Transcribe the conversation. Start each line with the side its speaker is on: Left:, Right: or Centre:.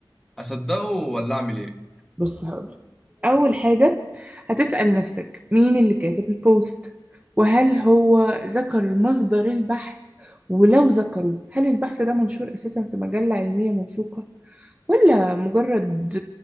Centre: اصدقه ولا اعمل ايه
Right: بص هقولك أول حاجة هتسأل نفسك مين اللي كاتب البوست وهل هو ذكر مصدر البحث ولو ذكره هل البحث ده منشور أساسا في مجلة علمية موثوقة ولا مجرد